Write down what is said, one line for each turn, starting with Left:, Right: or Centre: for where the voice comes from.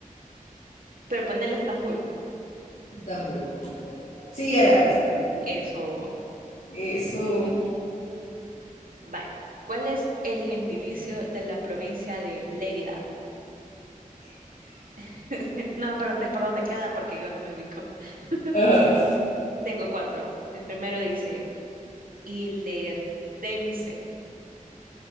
Right: pero ponerle Estambul.
Left: Estambul. Sí, era Estambul.
Right: Eso.
Left: Eso.
Right: Vaya. ¿Cuál es el gentilicio de la provincia de Lérida? <laughs> No me preguntes por dónde queda porque yo no me ubico. <laughs>
Left: Ajá.
Right: Tengo cuatro. El primero dice Ilerdense.